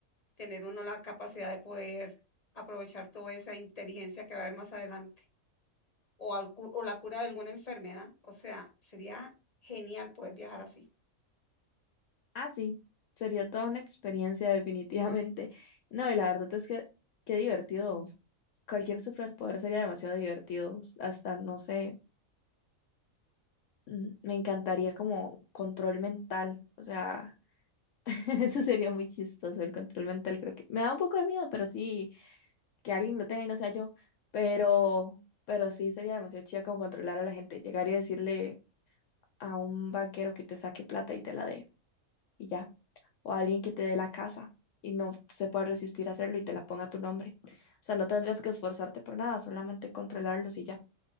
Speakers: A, on the left; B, on the left.
A: tener uno la capacidad de poder aprovechar toda esa inteligencia que va a haber más adelante o, al cu- o la cura de alguna enfermedad. O sea, sería genial poder viajar así.
B: Ah, sí, sería toda una experiencia definitivamente. No, y la verdad es que qué divertido. Cualquier superpoder sería demasiado divertido. Hasta, no sé, mm, me encantaría como control mental. O sea, <laughs> eso sería muy chistoso, el control mental creo que. Me da un poco de miedo, pero sí, que alguien lo tenga y no sea yo. Pero, pero sí sería demasiado chida como controlar a la gente, llegar y decirle a un banquero que te saque plata y te la dé y ya, o a alguien que te dé la casa y no se pueda resistir a hacerlo y te la ponga a tu nombre. O sea, no tendrías que esforzarte por nada, solamente controlarlos y ya.